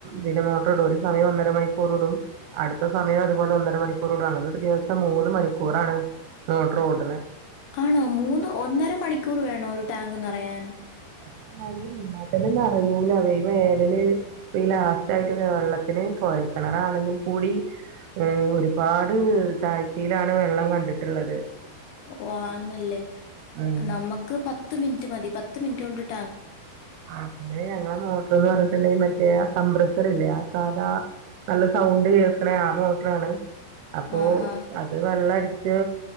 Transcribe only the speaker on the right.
പിന്നെ മോട്ടോർ ഇടും ഒരു സമയം ഒന്നര മണി റൂടും അടുത്ത സമയം അതുപോലെ ഒന്ന മണിക്കൂറൂടാണലോ <unintelligible> ഇത്ത മൂന്ന് മണിക്കൂറാണ് മൊട്ടറ് ഓടണ്
<unintelligible> നെറയുലാ ഈ വേനല് ഈ ലാസ്റ്റ് ആയിട്ട് വെള്ളത്തിന് കോയൽ കിണറാണെങ്കി കൂടി ഒരുപാട് താഴ്ചയിലാണ് വെള്ളം കണ്ടിട്ട്ള്ളത്
ഉം
ആ പിന്നെ ഞങ്ങളെ മോട്ടറ് ന്ന് പറഞ്ഞ്ട്ടിള്ളെ മറ്റേ ആ കംമ്പ്രസ്സറില്ലേ ആ സാധാ നല്ല സൗണ്ട് കേൾക്കണെ ആ മോട്ട്റാണ് അപ്പോ
അത് വെള്ളടി ച്ച്